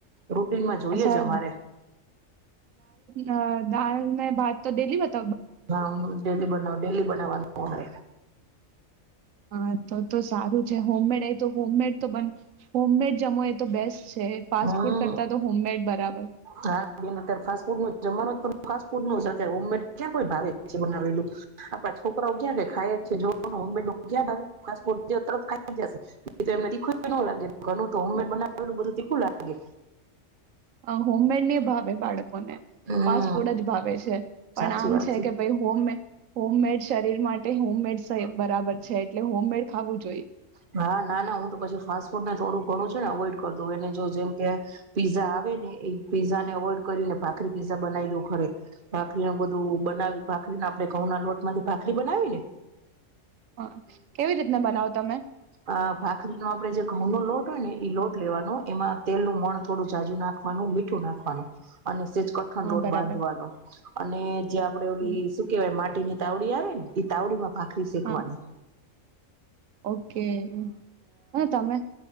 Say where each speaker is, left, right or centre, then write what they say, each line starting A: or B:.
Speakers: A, on the right; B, on the right.
A: રૂટીનમાં જોઈએ
B: અચ્છા
A: જ અમારે
B: અ દાલ ને ભાત તો ડેલી બંને
A: હા હુ ડેલી બનાવું ડેલી બનાવવાનું અમારે
B: હા તો તો સારું છે હોમમેડ એ તો હોમમેડ તો બને હોમમેડ જમો એ તો બેસ્ટ છે ફાસ્ટ
A: હમ
B: ફૂડ કરતા તો હોમમેડ બરાબર.
A: હા બેન અત્યારે ફાસ્ટ ફૂડ નું જમવાનું પણ ફાસ્ટ ફૂડ નું જ અત્યારે હોમમેડ ક્યાં કોઈને ભાવ છે બનાવેલું બાપા છોકરાઓ ક્યારે ખાય ખાય જ છે જોઈ લો ને હોમમેડ ક્યાં ભાવે ફાસ્ટ ફૂડ ડયો તરત ખાઈ લેશે એમને તીખું પણ નહી લાગે ઘર નું તો હોમમેડ બનાવેલું બધું તીખું લાગે
B: અ હોમમેડ ને ભાવે બાળક આપોને
A: હમ
B: ફાસ્ટ ફૂડ જ ભાવે છે
A: સાચી
B: પણ આમ
A: વાત
B: છે કે ભાઈ હોમ હોમમેડ શરીર માટે હોમમેડ બરાબર છે એટલે હોમમેડ ખાવું જોઈ.
A: હા. ના ના હું તો પછી ફાસ્ટ ફૂડને થોડું ઘણું છું ને અવોઈડ કર દઉ એને જો જેમ કે પીઝા આવે ને એ પીઝાનેવોઈડ કરીને ભાખરી પીઝા બનાવી દઉં ખડ ભાખરીને બધું બનાવી ભાખરીને આપણે ઘઉંના લોટ માંથી ભાખરી બનાવી ને
B: હા કેવી રીતના બનાવો તમે
A: અ ભાખરીનોો આપે જે ઘઉં નો લોટ હોય ને ઈ લોટ લેવાનો એમાં તેલનું મણ થોડું જાજુ નાખવાનું મીઠું નાખવાનું અને કઠન
B: હા
A: રોડ
B: બરાબર
A: બાંધવાનો અને જે આપડે ઓલી
B: હમ,
A: શું કેવાય માટીની. તવડી આવે ઈ તવડી. બાખરી શેખવાની.
B: હા ઓકે હા તમે.